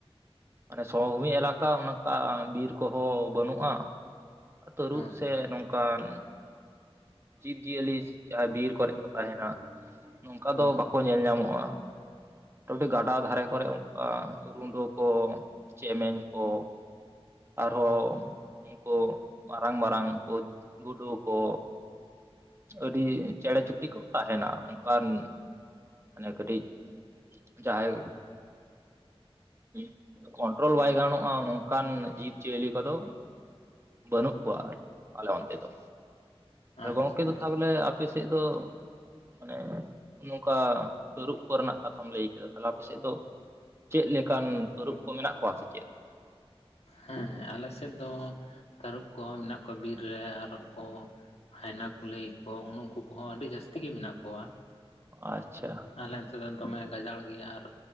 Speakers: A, on the right (about 25°); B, on the left (about 85°).
A: ᱢᱟᱱᱮ ᱥᱚᱢᱵᱷᱩᱢᱤ ᱮᱞᱟᱠᱟ ᱚᱱᱠᱟ ᱵᱤᱨ ᱠᱚᱦᱚᱸ ᱵᱟᱹᱱᱩᱜᱼᱟ ᱛᱟᱹᱨᱩᱵ
B: ᱦᱮᱸ
A: ᱥᱮ ᱱᱚᱝᱠᱟᱱ ᱡᱤᱵᱽᱡᱤᱭᱟᱹᱞᱤ ᱡᱟᱦᱟᱸᱭ ᱵᱤᱨ ᱠᱚᱨᱮᱜ ᱠᱚ ᱛᱟᱦᱮᱱᱟ ᱱᱚᱝᱠᱟ
B: ᱦᱩᱸ
A: ᱫᱚ ᱵᱟᱠᱚ ᱧᱮᱞ ᱧᱟᱢᱚᱜᱼᱟ ᱢᱚᱴᱟᱢᱩᱴᱤ ᱜᱟᱰᱟ ᱫᱷᱟᱨᱮ ᱠᱚᱨᱮ ᱚᱱᱠᱟ ᱨᱩᱰᱟᱹ ᱠᱚ ᱠᱚ ᱪᱮᱢᱮᱧ ᱠᱚ ᱟᱨᱦᱚᱸ
B: ᱦᱩᱸ
A: ᱩᱱᱠᱩ ᱢᱟᱨᱟᱝ ᱢᱟᱨᱟᱝ ᱠᱚ ᱜᱩᱰᱩ ᱠᱚ ᱟᱹᱰᱤ ᱪᱮᱬᱮ ᱪᱩᱯᱲᱤ ᱠᱚ ᱛᱟᱦᱮᱱᱟ ᱚᱱᱠᱟᱱ ᱢᱟᱱᱮ ᱠᱟᱹᱴᱤᱡ ᱡᱟᱦᱟᱸᱭ <inaudible> ᱠᱚᱱᱴᱨᱳᱞ ᱵᱟᱭ ᱜᱟᱱᱚᱜᱼᱟ ᱱᱚᱝᱠᱟᱱ ᱡᱤᱵᱽ ᱡᱤᱭᱟᱹᱞᱤ ᱠᱚᱫᱚ ᱵᱟᱹᱱᱩᱜ ᱠᱚᱣᱟ ᱟᱞᱮ ᱚᱱᱛᱮ ᱫᱚ
B: ᱟᱪᱪᱷᱟ
A: ᱜᱚᱝᱠᱮ ᱫᱚ
B: ᱟᱪᱪᱷᱟ
A: ᱛᱟᱦᱚᱞᱮ ᱟᱯᱮᱥᱮᱫ ᱫᱚ ᱢᱟᱱᱮ ᱱᱚᱝᱠᱟ ᱛᱟᱹᱨᱩᱵ ᱠᱚ ᱨᱮᱱᱟᱜ ᱠᱟᱛᱷᱟᱢ ᱞᱟᱹᱭ ᱠᱮᱫᱟ ᱛᱟᱞᱦᱮ ᱟᱯᱮ ᱥᱮᱫ ᱫᱚ ᱪᱮᱫ ᱞᱮᱠᱟᱱ ᱛᱚᱨᱩᱯ ᱠᱚ ᱢᱮᱱᱟᱜ ᱠᱚᱣᱟ ᱥᱮ ᱪᱮᱫ
B: ᱦᱮᱸ ᱦᱮᱸ ᱟᱞᱮ ᱥᱮᱫ ᱫᱚ ᱛᱟᱹᱨᱩᱵ ᱠᱚᱦᱚᱸ ᱢᱮᱱᱟᱜ ᱠᱚᱣᱟ ᱵᱤᱨ ᱨᱮ ᱟᱨ ᱠᱚ ᱦᱟᱭᱱᱟ ᱠᱩᱞᱟᱹᱭ ᱠᱚ ᱩᱱ ᱩᱱᱠᱩ ᱠᱚᱦᱚᱸ ᱟᱹᱰᱤ ᱡᱟᱹᱥᱛᱤ ᱜᱮ ᱢᱮᱱᱟᱜ ᱠᱚᱣᱟ
A: ᱟᱪᱪᱷᱟ
B: ᱛᱞᱮ ᱚᱱᱛᱮ ᱫᱚ ᱫᱚᱢᱮ ᱜᱟᱡᱟᱲ ᱜᱮᱭᱟ ᱟᱨ